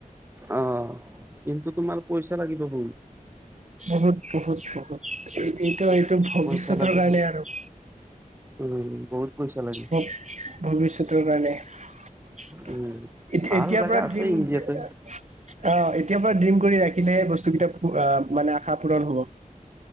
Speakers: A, on the right; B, on the right.
A: অ' কিন্তু তোমাৰ পইচা লাগিব বহুত।
B: বহুত বহুত বহুত, এইটো এইটো ভৱিষ্যতৰ
A: পইচা লাগিব
B: কাৰণে আৰু।
A: উম বহুত পইচা লাগে
B: ভৱ-ভৱিষ্যতৰ কাৰণে। এতিয়া
A: উম ভাল
B: এতিয়াৰ
A: জেগা
B: পৰা
A: আছে
B: ড্ৰীম
A: ইণ্ডিয়াতে
B: অ' এতিয়াৰ পৰা ড্ৰীম কৰি ৰাখিলেহে বস্তু কেইটা মানে আশা পূৰণ হ'ব।